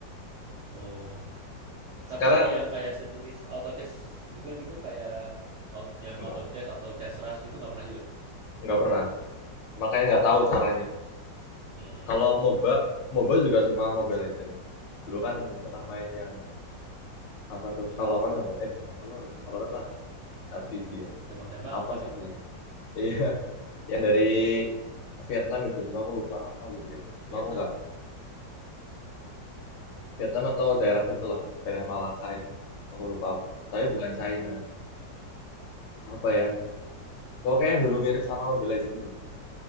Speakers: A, on the right; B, on the left.
A: Oh,
B: Sekarang
A: tapi kalau yang kayak sejenis auto chess juga gitu kayak out, yang
B: nggak
A: auto chess atau chess rush gitu nggak pernah juga?
B: nggak pernah. Makanya nggak tahu caranya.
A: Hmm,
B: Kalau MOBA, MOBA juga cuma Mobile Legend. Dulu kan pernah main yang apa tuh Valorant apa? Eh bukan Valorant, Valorant lah RPG ya.
A: tembak-tembakan
B: Apa satunya?
A: itu.
B: Iya, <laughs> yang dari Vietnam itu. Cuma aku lupa apa gitu gamenya. Cuma
A: Vietnam,
B: aku nggak. Vietnam atau daerah itulah, daerah Malaka itu. Aku lupa apa. Tapi bukan China. Apa ya? Pokoknya yang dulu mirip sama Mobile Legends itu.